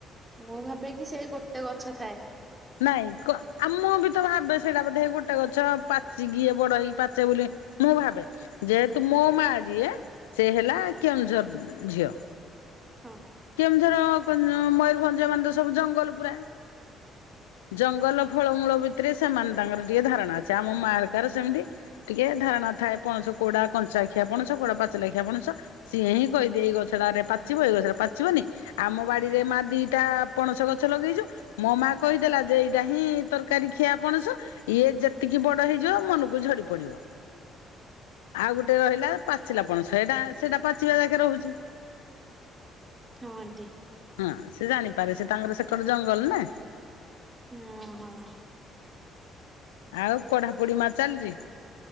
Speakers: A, on the right; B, on the left.
A: ମୁଁ ଭାବେ କି ସେଇ ଗୋଟେ ଗଛ ଥାଏ ।
B: ନାଇଁ କ ଆମ ବି ତ ଭାବେ ସେଇଟା ବୋଧେ ଗୋଟେ ଗଛ । ପାଚିକି ଇଏ ବଡ ହେଇ ପାଚେ ବୋଲି ମୁଁ ଭାବେ ଯେହେତୁ ମୋ ମା ଯିଏ <unintelligible> ସେ ହେଲା କେଉଁଝର ଝିଅ।
A: ହଁ।
B: କେଉଁଝର ଉମ୍ ମୟୂରଭଞ୍ଜ ମାନେ ତ ସବୁ ଜଙ୍ଗଲ ପୁରା। ଜଙ୍ଗଲ ଫଳମୂଳ ଭିତରେ ସେମାନେ ତାଙ୍କର ଟିକେ ଧାରଣା ଅଛି। ଆମ ମା ର କାର ସେମିତି ଟିକେ ଧାରଣା ଥାଏ। ପଣସ କୋଉଗୁଡା କଞ୍ଚାଖିଆ ପଣସ କୋଉଗୁଡା ପାଚଲାଖିଆ ପଣସ ସିଏ ହିଁ କହିଦିଏ। ଏଇ ଗଛଟାରେ ପାଚିବ, ଏଇ ଗଛା ପାଚି ପାଚିବନି। ଆମ ବାଡିରେ ମା ଦିଟା ପଣସ ଗଛ ଲଗେଇଛୁ। ମୋ ମା କହିଦେଲା ଯେ ଏଇଟା ହିଁ ତରକାରୀ ଖିଆ ପଣସ। ଇଏ ଯେତିକି କି ବଡ ହେଇଯିବ ମନକୁ ଝଡି ପଡିବ। ଆଉ ଗୋଟେ ରହିଲା ପାଚିଲା ପଣସ। <unintelligible> ସେଇଟା ସେଇଟା ପାଚିବା ଯାକେ ରହୁଛି।
A: ହଁ ଆଣ୍ଟି।
B: ହଁ ସେ ଜାଣିପାରେ ସେ ତାଙ୍କର ସେକଡ ଜଙ୍ଗଲ ନା!
A: ଆ ହଁ। <unintelligible>
B: ଆଉ ପଢାପଢି ମା ଚାଲିଛି?